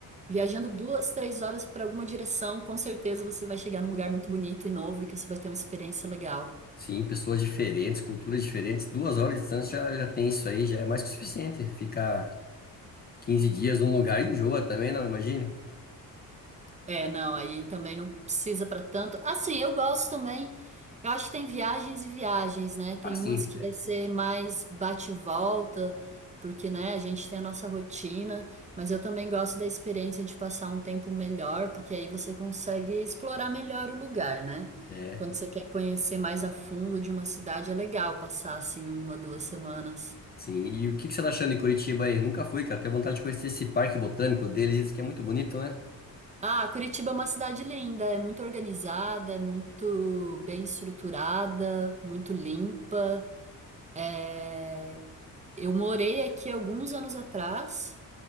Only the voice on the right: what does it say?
Viajando duas, três horas para alguma direção, com certeza você vai chegar num lugar muito bonito e novo e que você vai ter uma experiência legal.
É, não, aí também não precisa para tanto. Assim, eu gosto também. Eu acho que tem viagens e viagens, né? Tem
umas que vai ser mais bate e volta, porque, né, a gente tem a nossa rotina, mas eu também gosto da experiência de passar um tempo melhor, porque aí você consegue explorar melhor o lugar, né?
Quando você quer conhecer mais a fundo de uma cidade, é legal passar assim uma, duas semanas.
Ah, Curitiba é uma cidade linda, é muito organizada, é muito bem estruturada, muito limpa. É, Eu morei aqui alguns anos atrás